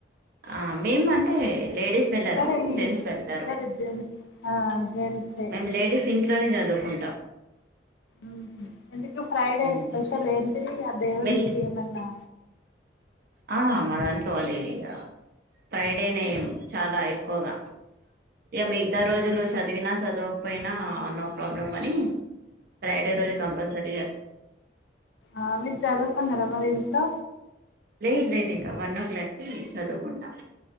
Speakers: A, on the right (about 55°); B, on the left (about 70°).
A: ఆ మేము అంటే లేడీస్ వెళ్లరు
B: కదా మీ
A: జెంట్స్ వెళ్తారు
B: కదా జెంట్స్ ఆ జెంట్సే
A: మేము లేడీస్ ఇంట్లోనే చదువుకుంటాం
B: ఉహు ఎందుకు ఫ్రైడే
A: ఉమ్
B: స్పెషల్ ఏంటిది ఆ దేవునికి
A: వెళ్
B: ఏమన్నా
A: ఆ మా దాంట్లో అది ఇగ ఫ్రైడేనే చాలా ఎక్కువగా ఇగ మిగతా
B: ఊహు.
A: రోజులు చదివినా చదవకపోయినా నో ప్రాబ్లం గానీ ఫ్రైడే రోజు కంపల్సరి
B: ఆ మీరు జదువుకొన్నారా మరి ఇంట్లో
A: లేదు లేదు ఇంకా వన్ ఓ క్లాక్కి చదువుకుంట